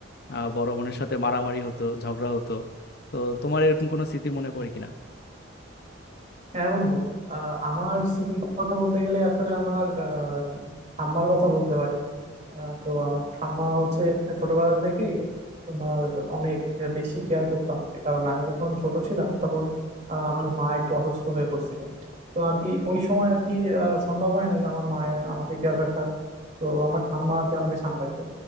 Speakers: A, on the left (about 50°); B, on the right (about 35°).
A: আহ বড় বোনের সাথে মারামারি হতো ঝগড়া হতো তো তোমার এরকম কোনো স্মৃতি মনে পড়ে কিনা
B: হ্যাঁ বন্ধু আহ, আমার স্মৃতির কথা বলতে গেলে আসলে আমার আহ, ঠাম্মার কথা বলতে হয় আহ, তো আমার ঠাম্মা হচ্ছে ছোটবেলা থেকেই তোমার অনেক বেশি কেয়ার করতো আমাকে কারণ আমি যখন ছোট ছিলাম তখন আহ, আমার মা একটু অসুস্থ হয়ে পড়ছিলেন তো আর কি ওই সময় আর কি আহ, সম্ভব হয় নাই আমার মায়ের আমাকে কেয়ার রাখা তো আমার ঠাম্মা আর কি আমাকে সামলাইতো